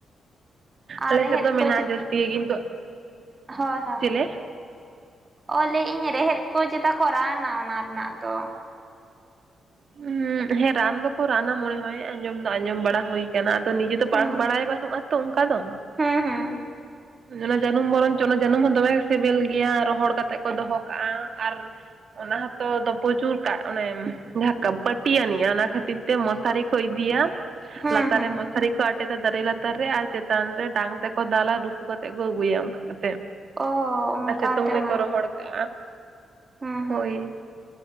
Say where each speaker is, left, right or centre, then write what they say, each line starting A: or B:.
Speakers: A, on the right; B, on the right.
A: ᱟᱨ
B: ᱟᱞᱮ
A: ᱨᱮᱦᱮᱫ
B: ᱥᱮᱫ ᱫᱚ ᱢᱮᱱᱟᱜᱼᱟ
A: ᱠᱚ ᱪᱚ
B: ᱡᱟᱹᱥᱛᱤ ᱜᱮ ᱠᱤᱱᱛᱩ
A: ᱦᱳᱭ ᱦᱳᱭ
B: ᱪᱮᱞᱮ
A: ᱚ ᱞᱮᱭ ᱤᱧ ᱨᱮᱦᱮᱫ ᱠᱚ ᱪᱮᱫᱟ ᱠᱚ ᱨᱟᱱᱟᱼᱟ ᱚᱱᱟ ᱨᱮᱱᱟᱜ ᱫᱚ
B: ᱦᱩ ᱦᱮᱸ ᱨᱟᱱ ᱫᱚᱠᱚ ᱨᱟᱱ ᱢᱚᱱᱮ ᱦᱚ ᱟᱸᱡᱚᱢ ᱫᱚ ᱟᱸᱡᱚᱢ ᱵᱟᱲᱟ ᱦᱩᱭ ᱟᱠᱟᱱᱟ ᱛᱚ ᱱᱤᱡᱮ ᱫᱚ
A: ᱦᱩᱸ
B: ᱵᱟᱝ ᱵᱟᱲᱟᱭ ᱵᱟᱹᱱᱩᱜᱼᱟ ᱛᱚ ᱚᱱᱠᱟ ᱫᱚ
A: ᱦᱩᱸ ᱦᱩᱸ
B: ᱚᱱᱟ ᱡᱟᱹᱱᱩᱢ ᱵᱚᱨᱚᱱ ᱪᱚ ᱚᱱᱟ ᱡᱟᱹᱱᱩᱢ ᱦᱚᱸ ᱫᱚᱢᱮ ᱥᱤᱵᱤᱞ ᱜᱮᱭᱟ ᱨᱚᱦᱚᱲ ᱠᱟᱛᱮᱜ ᱠᱚ ᱫᱚᱦᱚ ᱠᱟᱜᱼᱟ ᱟᱨ ᱚᱱᱟ ᱦᱚᱸᱛᱚ ᱫᱚ ᱯᱚᱡᱩᱨ ᱠᱟᱜ ᱚᱱᱮᱢ ᱡᱟᱦᱟᱸ ᱯᱟᱹᱴᱤ ᱟᱹᱱᱤᱡᱼᱟ ᱚᱱᱟ ᱠᱷᱟᱹᱛᱤᱨ ᱛᱮ ᱢᱚᱥᱟᱨᱤ ᱠᱚ ᱤᱫᱤᱭᱟ
A: ᱦᱩᱸ
B: ᱞᱟᱛᱟᱨ
A: ᱦᱩᱸ
B: ᱨᱮ ᱢᱚᱥᱟᱨᱤ ᱟᱴᱮᱫᱟ ᱫᱟᱨᱮ ᱞᱟᱛᱟᱨ ᱨᱮ ᱟᱨ ᱪᱮᱛᱟᱱ ᱨᱮ ᱰᱟᱝ ᱛᱮᱠᱚ ᱫᱟᱞᱟ ᱨᱩᱠᱩ ᱠᱟᱛᱮᱫ ᱠᱚ ᱟᱹᱜᱩᱭᱟ ᱚᱱᱠᱟ ᱠᱟᱛᱮ
A: ᱚ ᱚᱱᱠᱟᱛᱮ
B: ᱟᱨ ᱥᱤᱛᱩᱝ ᱨᱮᱠᱚ
A: ᱚᱱᱟ ᱫᱚ
B: ᱨᱚᱦᱚᱲ ᱠᱟᱜᱼᱟ
A: ᱦᱩᱸ ᱦᱩᱸ
B: ᱦᱳᱭ